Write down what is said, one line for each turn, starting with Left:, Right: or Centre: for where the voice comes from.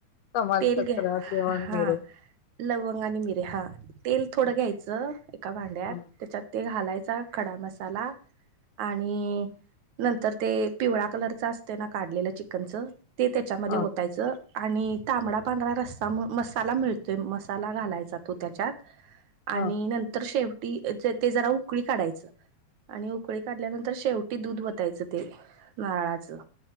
Left: तमालपत्र
Right: तेल घ्या हा
Left: मिरे
Right: लववंग आणि मिरे हा तेल थोडं
Left: ह
Right: घ्यायचं एका भांड्यात
Left: ह
Right: त्याच्यात तेल घालायचा खडा मसाला आणि नंतर ते पिवळा कलरच असते ना काढलेलं चिकनचं ते त्याच्यामध्ये
Left: ह
Right: ओतायचं आणि तांबडा पांढरा रस्ता म्ह मसाला मिळतोय मसाला घालायचा तो त्याच्यात आणि
Left: ह
Right: नंतर शेवट ते जरा उकळी काढायचं आणि उकळी काढल्यानंतर शेवटी दूध वतायचं ते नारळाचं